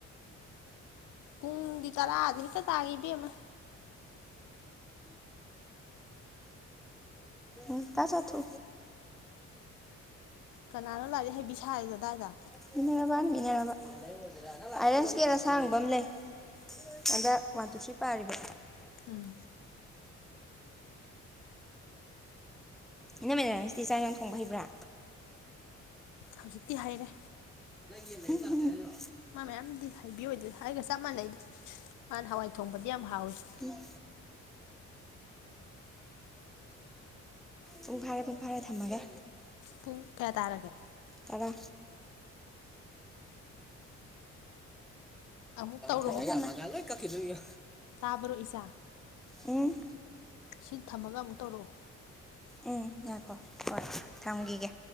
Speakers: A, on the left; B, in the centre.
A: ꯄꯨꯡꯗꯤ ꯇꯔꯥꯗꯤ ꯍꯦꯛꯇ ꯇꯥ ꯏꯕꯦꯝꯃ
B: ꯎꯝ ꯀ ꯆ ꯊ
A: ꯀꯅꯥꯅꯣ ꯂꯥꯏꯔꯤꯛ ꯍꯩꯕꯤ ꯁꯥꯔꯤꯗꯣ ꯑꯗꯥꯏꯗ
B: ꯃꯤꯅꯦꯔꯕꯥꯥꯟ ꯃꯤꯅꯦꯔꯕꯥ ꯑꯥꯏꯔꯟ ꯏꯁꯀꯦꯟ ꯑꯁꯥꯡꯕ ꯑꯃ ꯂꯩ ꯑꯟꯗꯛ ꯋꯥꯟ ꯇꯨ ꯊ꯭ꯔꯤ ꯄꯥꯔꯤꯕ
A: ꯎꯝ
B: ꯏꯩꯅ ꯃ ꯁꯤꯇꯤ ꯆꯥꯔ ꯌꯥꯝꯅ ꯊꯣꯡꯕ ꯍꯩ꯭ꯔꯥ
A: ꯍꯧꯖꯤꯛꯇꯤ ꯍꯩꯔꯦ
B: ꯂꯩ ꯂꯩ ꯆ
A: ꯃꯥ ꯃꯌꯥꯝꯗꯤ ꯍꯥꯏꯕꯤ ꯑꯣꯏꯗ꯭ꯔꯦ ꯑꯩꯒ ꯆꯞ ꯃꯥꯟꯅꯩꯗ ꯃꯥꯅ ꯍꯋꯥꯏ ꯊꯣꯡꯕꯗꯤ ꯌꯥꯝ ꯍꯥꯎꯏꯤ
B: ꯎꯝ ꯄꯨꯡ ꯐꯥꯔꯦ ꯄꯨꯡ ꯐꯥꯔꯦ ꯊꯝꯃꯒꯦ
A: ꯄꯨꯡ ꯀꯌꯥ ꯇꯥꯔꯒꯦ
B: ꯇꯅ
A: ꯑꯃꯨꯛ ꯇꯧꯔꯛꯑꯣ
B: ꯇ ꯒꯂꯣ ꯈꯔ
A: ꯇꯥꯕ꯭ꯔꯣ ꯏꯁꯥ
B: ꯎꯝ
A: ꯁꯤ ꯊꯝꯃꯒ ꯑꯃꯨꯛ ꯇꯧꯔꯛꯑꯣ
B: ꯎꯝ ꯌꯥꯏꯈꯣ ꯍꯣꯏ ꯊꯝꯈꯤꯒꯦ